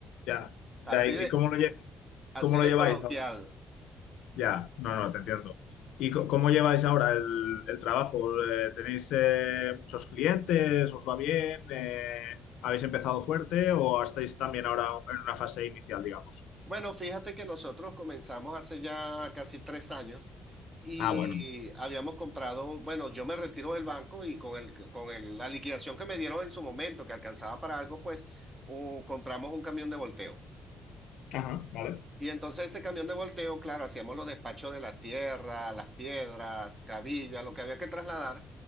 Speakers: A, on the left (about 90°); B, on the right (about 15°).
A: ya, ya.
B: Así
A: ¿Y
B: de,
A: cómo lo, lle-
B: así
A: cómo lo
B: de
A: lleváis
B: coloquial.
A: ahora? Ya, no, no, te entiendo. ¿Y co- cómo lleváis ahora el, el trabajo? Eh, ¿Tenéis eh, muchos clientes? ¿Os va bien? Eh, ¿habéis empezado fuerte o estáis también ahora en una fase inicial, digamos?
B: Bueno, fíjate que nosotros comenzamos hace ya casi tres años y
A: Ah, bueno.
B: habíamos comprado, bueno, yo me retiro del banco y con el, con el- la liquidación que me dieron en su momento, que alcanzaba para algo, pues u- compramos un camión de volteo.
A: Ajá, vale.
B: Y entonces ese camión de volteo, claro, hacíamos los despachos de la tierra, las piedras, cabillas, lo que había que trasladar